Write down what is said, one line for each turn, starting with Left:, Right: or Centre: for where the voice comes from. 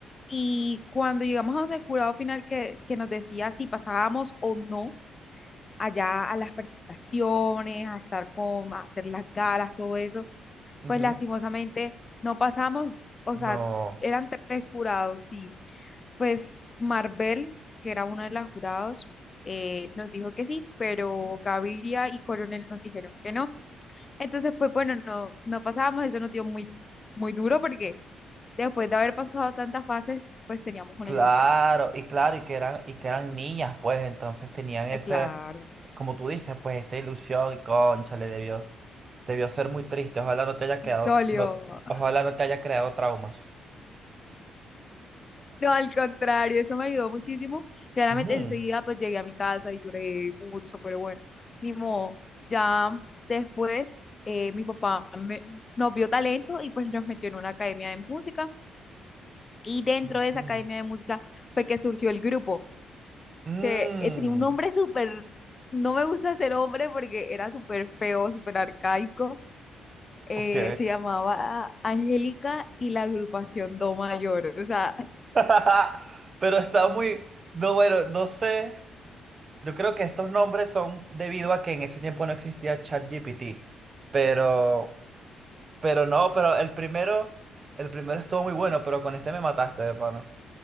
Left: y cuando llegamos a donde el jurado final que, que nos decía si pasábamos o no allá a las presentaciones, a estar con, a hacer las galas, todo eso,
Right: ujú.
Left: pues lastimosamente no pasamos, o
Right: No.
Left: sea, eran tres jurados, sí, pues Marvel, que era una de las jurados, eh, nos dijo que sí, pero Gaviria y Coronel nos dijeron que no. Entonces, pues bueno, no, no pasábamos, eso nos dio muy, muy duro porque después de haber pasado tantas fases, pues teníamos una
Right: Claro,
Left: ilusión.
Right: y claro, y que eran, y que eran niñas, pues entonces tenían ese,
Left: Ay, claro,
Right: como tú dices, pues esa ilusión y concha, le debió, debió ser muy triste. Ojalá no te haya quedado,
Left: dolió.
Right: no, ojalá no te haya creado traumas.
Left: No, al contrario, eso me ayudó muchísimo. Claramente
Right: Ujú,
Left: enseguida pues llegué a mi casa y lloré mucho, pero bueno, ni modo. Ya después eh, mi papá me- nos vio talento y pues nos metió en una academia de música y dentro
Right: ujú.
Left: de esa academia de música fue que surgió el grupo.
Right: Mm,
Left: Se, eh, tenía un nombre súper, no me gusta ser hombre porque era súper feo, súper arcaico. Eh,
Right: ok.
Left: se llamaba Angélica y la agrupación Do Mayor. O sea, <laughs>
Right: <laughs> Pero está muy, no, bueno, no sé. Yo creo que estos nombres son debido a que en ese tiempo no existía ChatGPT, pero Pero no, pero el primero, el primero estuvo muy bueno, pero con este me mataste, de pana.